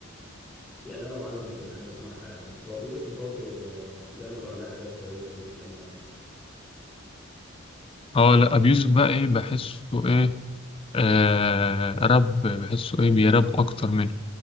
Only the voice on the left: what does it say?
اه لا ابيوز بقى ايه بحسه ايه آه راب بحسه ايه بيراب اكتر منه